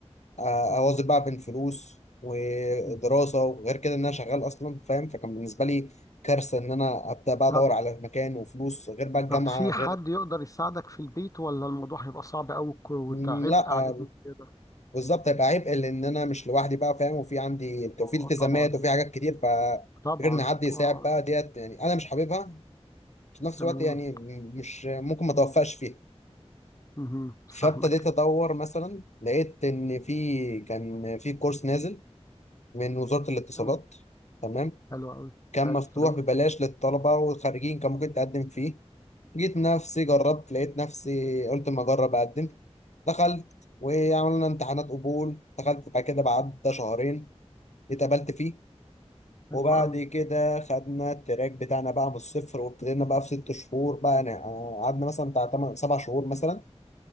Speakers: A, on the left; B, on the left.
A: آه،
B: أه
A: اواظب بقى بين فلوس ودراسه
B: مهم.
A: وغير كده ان انا شغال اصلا فاهم فكان بالنسبه لي كارثه ان انا ابدا بقى ادور
B: طب
A: على مكان وفلوس غير بقى الجامعه
B: طب في
A: غير
B: حد يقدر يساعدك في البيت ولا الموضوع هيبقى صعب أوي وتعبء
A: مم، لا
B: عليهم
A: آه،
B: كده؟
A: بالظبط هيبقى عبء لان انا مش لوحدي بقى فاهم وفي عندي
B: اه
A: وفي التزامات
B: آه، طبعا
A: وفي حاجات كتير ف
B: طبعا
A: غير ان حد يساعد
B: اه
A: بقى ديت يعني انا مش حاببها في نفس
B: تمام
A: الوقت يعني مش ممكن ما توفقش فيها
B: مهم.
A: فابتديت
B: فاهمك
A: ادور مثلا لقيت ان في كان في كورس نازل من وزارة الاتصالات
B: تمام.
A: تمام
B: حلو أوي
A: كان
B: حلو
A: مفتوح
B: تمام
A: ببلاش للطلبة والخريجين كان ممكن تقدم فيه جيت نفسي جربت لقيت نفسي قلت ما اجرب اقدم دخلت وعملنا امتحانات قبول دخلت بعد كده بعد شهرين اتقبلت فيه
B: حلو
A: وبعد
B: أوي
A: كده خدنا التراك بتاعنا بقى من الصفر وابتدينا بقى في ست شهور بقى أنا- قعدنا مثلا بتاع تمن سبع شهور مثلا